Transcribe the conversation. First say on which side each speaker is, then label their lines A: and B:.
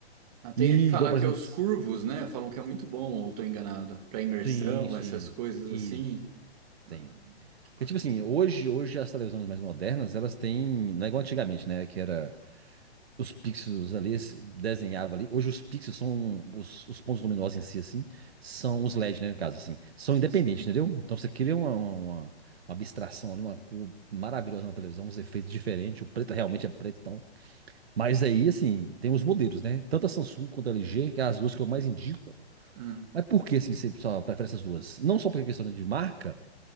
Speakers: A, on the right; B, on the right.
A: Ah, tem
B: E
A: que falar
B: igual, por
A: que
B: exemplo.
A: é os curvos, né? Falam que é muito bom, ou tô enganado. Para imersão,
B: Sim, sim.
A: essas coisas
B: Isso.
A: assim. Ah,
B: Tem.
A: que
B: Porque,
A: bacana.
B: tipo assim, hoje, hoje as televisões mais modernas, elas têm. Não é igual antigamente, né? Que era. Os pixels ali se desenhava ali. Hoje os pixels são. Os, os pontos luminosos em si, assim. São os LEDs, né? No caso, assim. São independentes,
A: Sim.
B: entendeu? Então você cria uma, uma, uma abstração ali, uma cor maravilhosa na televisão, uns efeitos diferentes. O preto realmente é preto e tal. Mas aí, assim, tem os modelos, né? Tanto a Samsung quanto a LG, que é as duas que eu mais indico.
A: Hum,
B: Mas por que, assim, você só prefere essas duas? Não só porque é questão de marca,